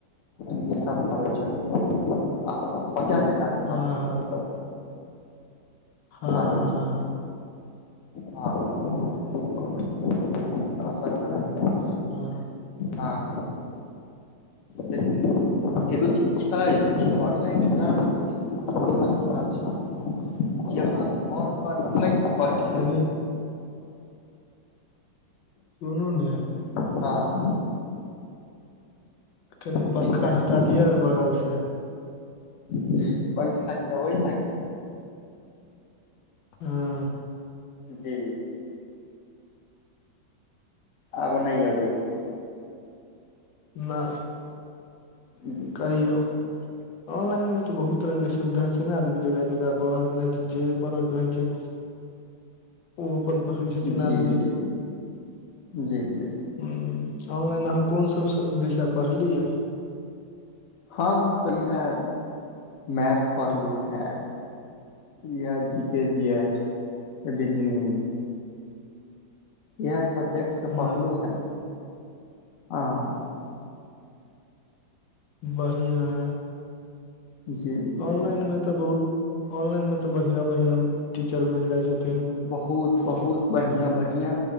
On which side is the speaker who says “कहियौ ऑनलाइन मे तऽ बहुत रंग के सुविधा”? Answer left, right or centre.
Left